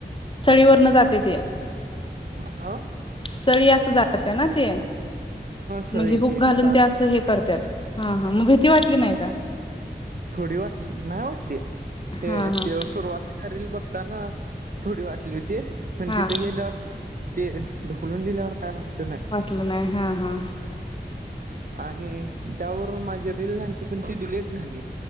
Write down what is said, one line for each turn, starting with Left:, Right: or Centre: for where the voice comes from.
Left: सळीवरन जाते ती.
Right: हा
Left: सळी अस जाते ना ते,
Right: सळी
Left: म्हणजे हुक
Right: ते
Left: घालून
Right: ता
Left: त्या अस हे करत्यात ह हा मग भीती वाटली नाही का?
Right: थोडी वाट नाही वाटली
Left: हा
Right: हे
Left: हा
Right: ते सुरुवात रिल बघताना थोडी वाटली होती पण
Left: हा
Right: तिथं गेल्यावर ते ढकलून दिल्यावर काय वाटलं नाही.
Left: वाटलं नाही हा हा.
Right: आणि त्यावरून माझी रील झालती पण ती डिलेट झाली.